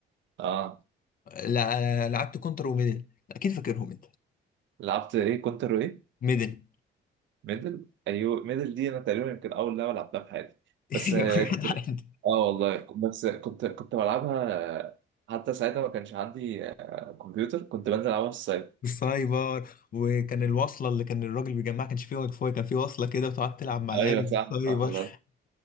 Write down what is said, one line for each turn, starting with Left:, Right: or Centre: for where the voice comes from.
Right: اه
Left: لا آه، لعبت كونتر وميدل اكيد فاكرهم انت
Right: لعبت ايه كونتر وايه
Left: ميدل
Right: ميدل ايوه ميدل دي انا تقريبا يمكن اول لعبه لعبتها في حياتي
Left: <laughs>
Right: بس آه،
Left: يا جدع
Right: كنت
Left: انت
Right: اه والله كنت- بس كنت كنت بلعبها آه، حتى ساعتها ما كانش عندي آه، كمبيوتر كنت بنزل العبها في السايبر
Left: السايبر وكان الوصله اللي كان الراجل بيجمعها كانش فيه واي فاي كان فيه وصله كده وتقعد تلعب مع
Right: ايوه
Left: العيال
Right: صح
Left: في السايبر
Right: اه لا